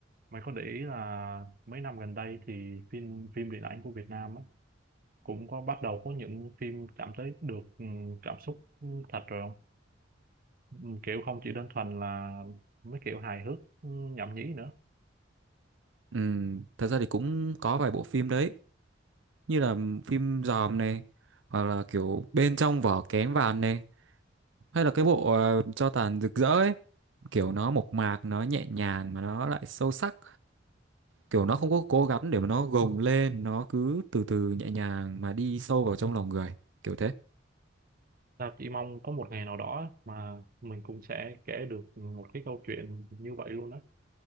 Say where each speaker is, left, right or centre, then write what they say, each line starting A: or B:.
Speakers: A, on the right; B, on the right.
A: mày có để ý là mấy năm gần đây thì phim phim điện ảnh của Việt Nam á cũng có bắt đầu có những phim chạm tới được ừ, cảm xúc ừ, thật rồi không Ừ, kiểu không chỉ đơn thuần là mấy kiểu hài hước ừ, nhảm nhí nữa
B: Ừm, thật ra thì cũng có vài bộ phim đấy như là phim Dòm này hoặc là kiểu bên trong vỏ kén vàng này hay là cái bộ ờ, cho tàn rực rỡ ấy kiểu nó mộc mạc nó nhẹ nhàng mà nó lại sâu sắc kiểu nó không có cố gắng để mà nó gồng lên nó cứ từ từ nhẹ nhàng mà đi sâu vào trong lòng người kiểu thế
A: ta chỉ mong có một ngày nào đó á, mà mình cũng sẽ kể được một cái câu chuyện như vậy luôn á